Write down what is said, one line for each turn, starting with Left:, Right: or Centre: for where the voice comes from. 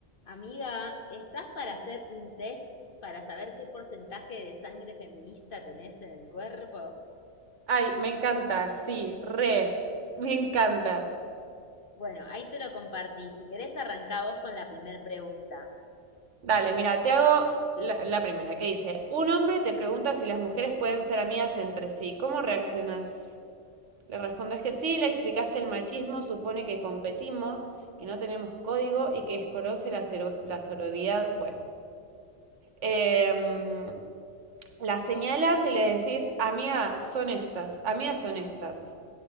Left: Amiga, ¿estás para hacer un test para saber qué porcentaje de sangre feminista tenés en el cuerpo?
Right: Ay, me encanta, sí, re, me encanta.
Left: Bueno, ahí te lo compartí. Si querés, arrancá vos con la primer pregunta.
Right: Dale, mira, te hago la, la primera, que dice, un hombre te pregunta si las mujeres pueden ser amigas entre sí, ¿cómo reaccionas? Le respondes que sí, le explicas que el machismo supone que competimos, que no tenemos código y que desconoce la, la sororidad. Bueno, Em, la señalas y le decís, amiga, son estas, amigas son estas.